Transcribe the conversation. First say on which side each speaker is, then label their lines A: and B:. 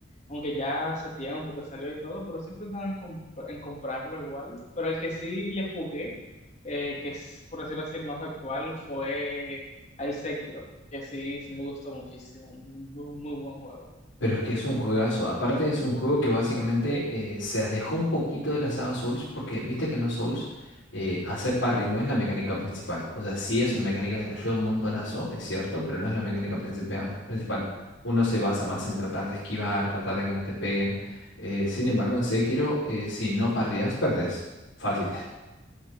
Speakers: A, on the left; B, on the left.
A: aunque ya hace tiempo que salió y todo, pero sí he pensado en, comp- en comprarlo igual. Pero el que sí le jugué, eh, que es por decirlo así el más actual, fue el Sekiro, que sí, sí me gustó muchísimo. Muy, muy buen juego.
B: Pero es que es un juegazo. Aparte es un juego que básicamente eh, se alejó un poquito de la saga Souls porque viste que en los Souls eh, hacer parry no es la mecánica principal. O sea, sí es una mecánica que te ayuda un montonazo, es cierto, pero no es la mecánica principal. principal. Uno se basa más en tratar de esquivar, tratar de que no te peguen. Eh, sin embargo, en Sekiro, eh, si no parreas, perdés. Fácil. <laughs>